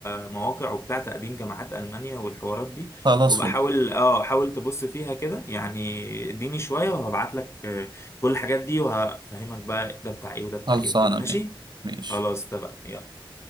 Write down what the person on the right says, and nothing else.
خلاص
فل
خلصانة
ماشي ماشي